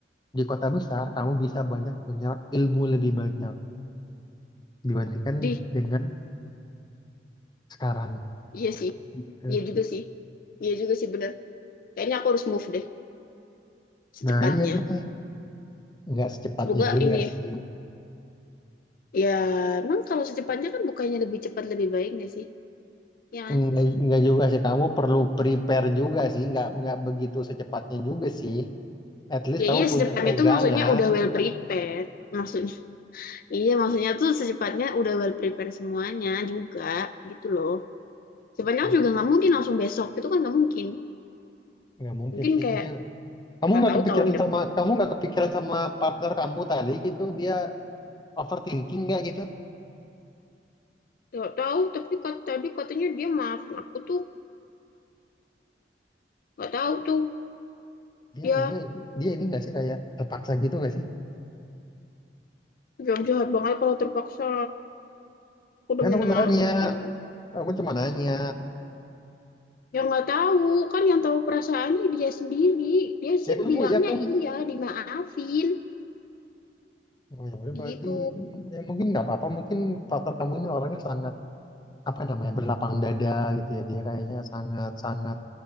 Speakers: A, on the left; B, on the left.
A: di kota besar kamu bisa banyak menyerap ilmu lebih banyak dibandingkan
B: Di,
A: dengan sekarang.
B: iya sih.
A: gitu.
B: Iya juga sih. Iya juga sih bener. Kayaknya aku harus move deh secepatnya.
A: Nah, iya benar. Nggak secepatnya
B: Semoga
A: juga
B: ini ya.
A: sih.
B: Ya, emang kalau secepatnya kan bukannya lebih cepat lebih baik nggak sih? Ya kan?
A: Enggak, enggak juga sih, kamu perlu prepare juga sih, enggak, enggak begitu secepatnya juga sih. At least
B: Ya
A: kamu
B: iya
A: punya
B: secepatnya
A: pegangan.
B: tuh maksudnya udah well prepared. Maksudnya, iya maksudnya tuh secepatnya udah well prepared semuanya juga gitu loh. secepatnya
A: Hmm,
B: juga nggak mungkin langsung besok, itu kan nggak mungkin.
A: Enggak mungkin
B: Mungkin
A: sih
B: kayak
A: itu. dia. Kamu
B: siapa
A: nggak
B: tahu
A: kepikiran
B: tahun depan
A: sama kamu nggak kepikiran sama partner kamu tadi gitu, dia overthinking nggak gitu?
B: nggak tahu, tapi kat- tadi katanya dia maafin aku tuh. nggak tahu tuh.
A: Dia
B: Dia
A: dia ini dia ini nggak sih kayak terpaksa gitu nggak sih?
B: jam jahat banget kalau terpaksa. Aku udah
A: Kan
B: minta
A: aku
B: maaf.
A: nanya, aku cuma nanya.
B: Ya nggak tahu, kan yang tahu perasaannya dia sendiri. Dia sih
A: Ya kamu
B: bilangnya
A: ya kamu
B: iya, dimaafin
A: Oh, ya udah
B: gitu.
A: berarti ya mungkin nggak apa-apa mungkin partner kamu ini orangnya sangat apa namanya berlapang dada gitu ya dia kayaknya sangat sangat